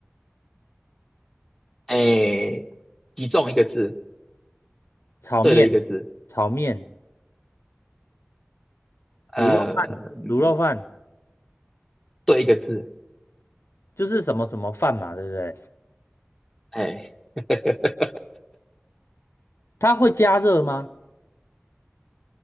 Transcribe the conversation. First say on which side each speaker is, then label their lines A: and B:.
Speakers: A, in the centre; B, on the left (about 80°).
A: 哎，集中一个字。
B: 炒面、
A: 对了一个字，
B: 炒面、
A: 呃，
B: 卤肉饭、卤肉饭，
A: 对一个字，
B: 就是什么什么饭嘛，对不对？
A: 哎，<laughs>
B: 它会加热吗？